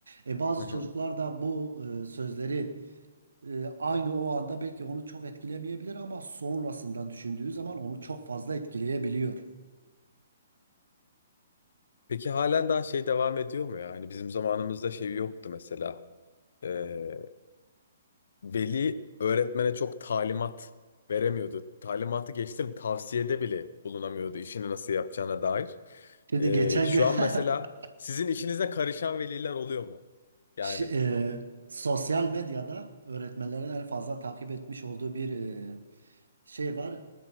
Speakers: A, on the right (about 65°); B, on the left (about 55°).
A: E, bazı
B: Hı hı.
A: çocuklar da bu e, sözleri e, aynı o anda belki onu çok etkilemeyebilir ama sonrasında düşündüğü zaman onu çok fazla etkileyebiliyor.
B: Peki halen daha şey devam ediyor mu ya? Hani bizim zamanımızda şey yoktu mesela. Ee, veli öğretmene çok talimat veremiyordu. Talimatı geçtim tavsiyede bile bulunamıyordu işini nasıl yapacağına dair.
A: Şimdi
B: Ee,
A: geçen
B: şu
A: gün <laughs>
B: an mesela sizin işinize karışan veliler oluyor mu? Yani
A: Ş- e, sosyal medyada öğretmenlerin en fazla takip etmiş olduğu bir e, şey var.